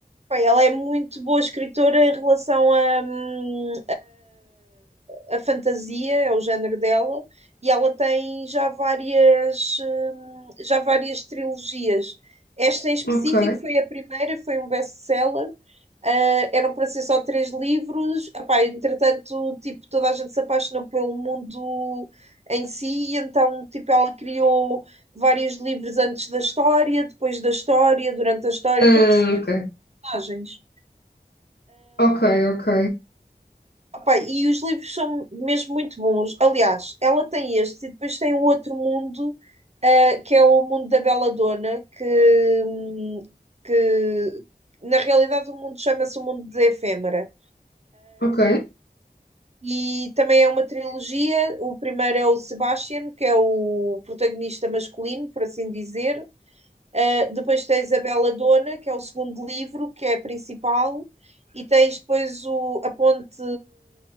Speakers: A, on the right; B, on the left.
A: Pá, ela é muito boa escritora em relação a, hum, a, a fantasia, é o género dela, e ela tem já várias, hum, já várias trilogias. Esta em específico
B: Ok.
A: foi a primeira, foi um best-seller, Ah, eram para ser só três livros. Epá, entretanto, tipo, toda a gente se apaixonou pelo mundo em si, e então, tipo, ela criou vários livros antes da história, depois da história, durante a história,
B: Ah,
A: para
B: ok.
A: personagens.
B: Ok, ok.
A: Epá, e os livros são mesmo muito bons. Aliás, ela tem este e depois tem o outro mundo, ah, que é o mundo da Belladonna, que, hum, que na realidade o mundo chama-se o mundo da Efêmera
B: Ok,
A: E também é uma trilogia. O primeiro é o Sebastian, que é o protagonista masculino, por assim dizer. Uh, depois tens a Bela Dona, que é o segundo livro, que é a principal. E tens depois o, a Ponte,